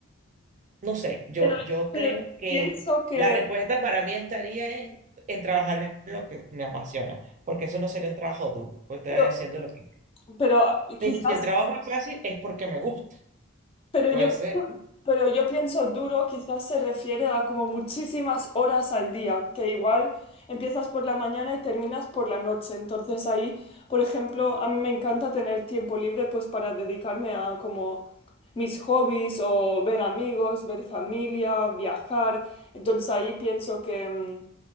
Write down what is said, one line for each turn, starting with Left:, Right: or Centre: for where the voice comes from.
Right: no sé, yo,
Left: pero,
Right: yo
Left: pero
Right: creo que
Left: pienso que...
Right: la respuesta para mí estaría en, en trabajar en lo que me apasiona, porque eso no sería un trabajo duro, pues estaría
Left: pero
Right: haciendo lo que
Left: Pero
Right: Pero
Left: quizás,
Right: si el trabajo es fácil, es porque me gusta.
Left: pero
Right: Puede
Left: yo,
Right: ser.
Left: pero yo pienso duro, quizás se refiere a como muchísimas horas al día, que igual empiezas por la mañana y terminas por la noche. Entonces ahí, por ejemplo, a mí me encanta tener tiempo libre pues para dedicarme a como mis hobbies o ver amigos, ver familia, viajar. Entonces ahí pienso que mm,